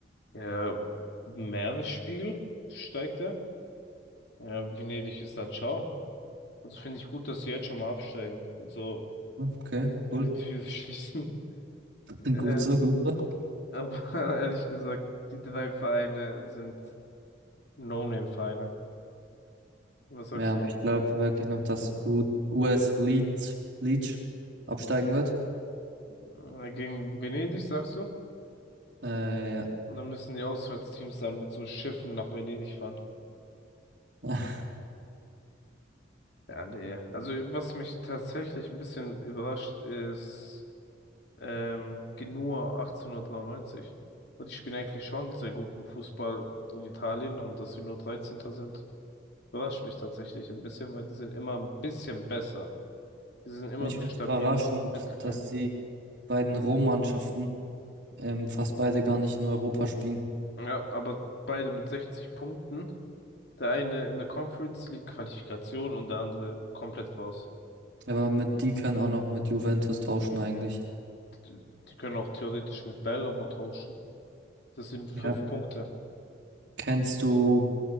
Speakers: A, on the left (about 60°); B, on the right (about 70°).
A: Ja, Meeresspiegel steigt er. Ja, Venedig ist dann ciao. Also finde ich gut, dass sie jetzt schon mal absteigen und so
B: Okay,
A: ihre
B: cool.
A: Türe <laughs> schließen.
B: <laughs>
A: Ähm,
B: Gut so, gut so.
A: aber <laughs> ehrlich gesagt, die drei Vereine sind No-Name-Vereine. Was sagst
B: Ja, aber
A: du?
B: ich glaube wirklich noch, dass U US Leeds, Leeds absteigen wird.
A: Äh, Gegen Venedig, sagst du?
B: Äh, ja.
A: Und dann müssen die Auswärtsteams dann mit so Schiffen nach Venedig fahren.
B: <laughs>
A: Ja, nee. Also was mich tatsächlich ein bisschen überrascht ist, ähm, Genua 1893. Und die spielen eigentlich schon sehr guten Fußball in Italien und dass sie nur Dreizehnter sind, überrascht mich tatsächlich ein bisschen, weil die sind immer ein bisschen besser. Die sind immer
B: Ich
A: so
B: finde
A: stabiles
B: es überraschend,
A: Mittelfeld.
B: dass die beiden Rom-Mannschaften ähm, fast beide gar nicht in Europa spielen.
A: Ja, aber beide mit 60 Punkten. Der eine in der Conference League Qualifikation und der andere komplett raus.
B: Aber mit die können auch noch mit Juventus tauschen eigentlich.
A: Die, die können auch theoretisch mit Bergamo tauschen. Das sind fünf
B: Ja.
A: Punkte.
B: Kennst du